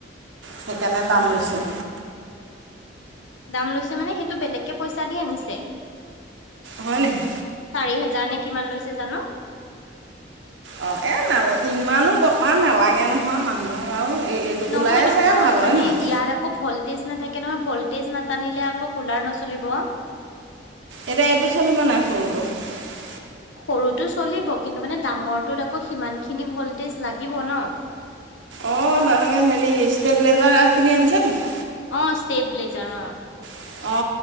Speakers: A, on the right; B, on the left.
A: সেইকাৰণে
B: উম
A: দাম লৈছে।
B: দাম লৈছে মানে সেইটো বেলেগকে পইচা দি আনিছে।
A: হয় নেকি
B: চাৰি হোজাৰ নে কিমান লৈছে জানো।
A: অ' এ ন ইমানো বৰ্তমান নালাগে নহয় মানুহৰ আৰু। এই এইটো কুলাৰে
B: নহয় নহয়
A: চাগে ভাল হয়
B: মানে
A: নহয়
B: ইয়াৰ আকৌ ভল্টেজ নাথাকে নহয় ভল্টেজ নাটানিলে আকৌ কুলাৰ নচলিব।
A: এতিয়া এইটো <inaudible>
B: সৰুটো চলিব কিন্তু মানে ডাঙৰটোত আকৌ সিমানখিনি ভল্টেজ লাগিব ন।
A: অ, তেনেকে হেৰি ষ্টেবিলাইজাৰ কিনি আনিছে নেকি?
B: অ, ষ্টেপ ব্লেজাৰ অ'।
A: অ,